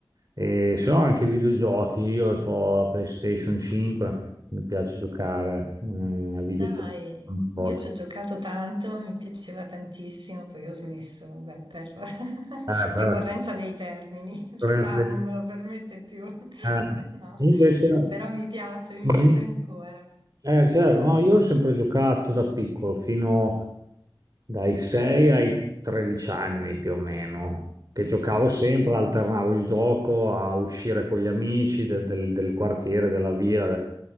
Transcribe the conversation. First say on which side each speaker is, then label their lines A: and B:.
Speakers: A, on the right (about 50°); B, on the right (about 80°).
A: E se no anche videogiochi, io ho la PlayStation 5, mi piace giocare mm, a
B: dai,
A: videogiochi, non posso.
B: io ci ho giocato tanto, mi piaceva tantissimo, poi ho smesso, beh, per <laughs>
A: Eh,
B: decorrenza
A: per-
B: dei termini, <laughs>
A: per-
B: l'età non me lo permette più, <laughs>
A: eh,
B: no,
A: Invece,
B: però mi piace, mi
A: Mhm.
B: piace ancora,
A: eh, certo, no, io ho sempre giocato da piccolo, fino dai 6 ai 13 anni più o meno, che giocavo sempre, alternavo il gioco a uscire con gli amici de- del, del quartiere, della via,